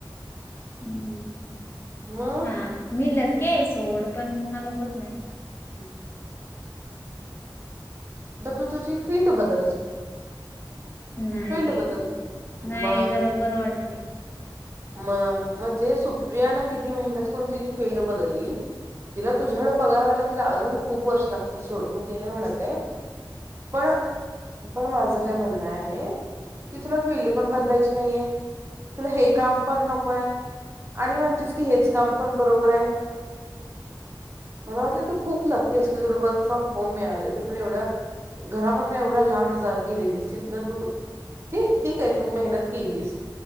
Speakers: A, on the left; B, on the right.
A: हम्म
B: मग
A: हा मी लकी आहे सोड पण मला होत नाही.
B: हम् तर तु तुजी फील्ड बदल.
A: नाही
B: फिल्ड बदल
A: नाही
B: म
A: जरा बरं वाटते.
B: म म्हणजे सुप्रिया न किती मेहनत करून तु फिल्ड बदलली. तिला तुझ्याकड पगार व्हायला तिला अजून खूप वर्ष लागतील सोड मी ते नाही म्हणत आहे. पण पण माझ काय म्हणणं आहे. कि तुला फीलल्ड पण बदलायची नाहीे तुला हे काम पण नको आहे. आणि म्हणतेस की हेच काम पण बरोबर आहे. मला वाटतं तू खूप लक्की आहेस की जर वर्क फ्रॉम होम मिळालं ते पण एवढं घरापासन एवढ्या लांब जा गेलेलीस तिथंन तू <unintelligible> ठीक आहे तू मेहनत केलीस